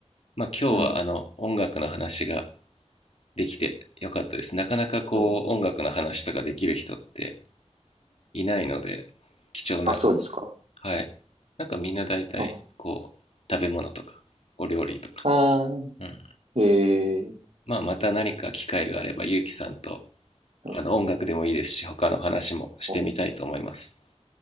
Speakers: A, on the left; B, on the right.
A: まあ、今日はあの音楽の話が
B: うん。
A: できてよかったです。なかなかこう音楽の話とかできる人って
B: はい。
A: いないので、貴重な、
B: あ、そうですか。
A: はい。なんかみんな大体こう食べ物とかお料理とか、
B: あ、あー、
A: うん、
B: えー、
A: まあまた何か機会があればゆうきさんと
B: はい
A: あの音楽でもいいですし他の話もしてみたいと思います。
B: お